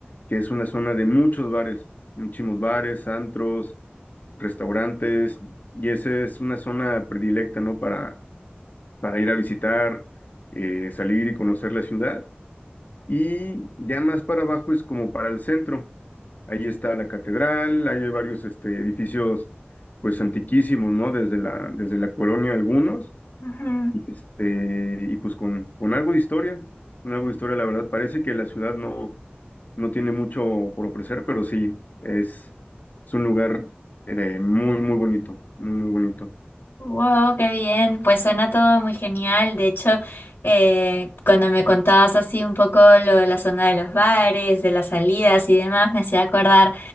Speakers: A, on the left; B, on the left.
A: que es una zona de muchos bares, muchísimos bares, antros restaurantes, y esa es una zona predilecta, ¿no? Para, para ir a visitar, eh, salir y conocer la ciudad. Y ya más para abajo es como para el centro. Ahí está la catedral, ahí hay varios este, edificios pues antiquísimos, ¿no? Desde la, desde la colonia algunos,
B: Ujú.
A: y, este, y pues con, con algo de historia, con algo de historia, la verdad, parece que la ciudad no no tiene mucho por ofrecer, pero sí, es, es un lugar eh, muy, muy bonito, muy, muy bonito.
B: Wow, qué bien. Pues suena todo muy genial. De hecho, eh, cuando me contabas así un poco lo de la zona de los bares, de las salidas y demás, me hacía acordar